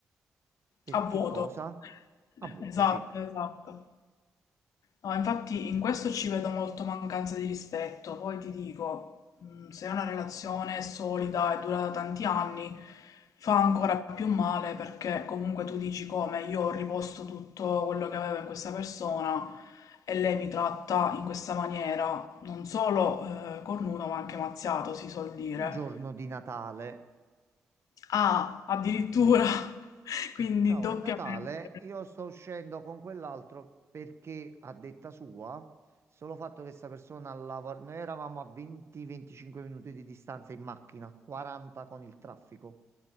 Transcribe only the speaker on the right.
per
che
cosa?
A vuoto,
sì.
Il giorno di Natale.
Ciao,
è Natale. Io sto uscendo con quell'altro perché, a detta sua, solo fatto che questa persona lavora. Noi eravamo a 20-25 minuti di distanza in macchina, 40 con il traffico.